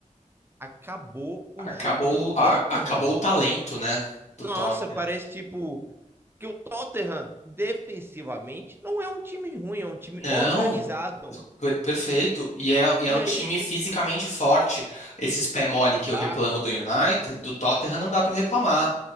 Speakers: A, on the right; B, on the left.
A: acabou o
B: Acabou,
A: jogo do Tottenham.
B: a- acabou o talento, né, do
A: Nossa,
B: Tottenham.
A: parece tipo que o Tottenham defensivamente não é um time ruim, é um time
B: Não,
A: organizado.
B: Per- Perfeito. E é, e
A: E
B: é um time
A: aí
B: fisicamente
A: o
B: forte. Esses pé mole
A: exato,
B: que eu reclamo do United, do Tottenham não dá pra reclamar.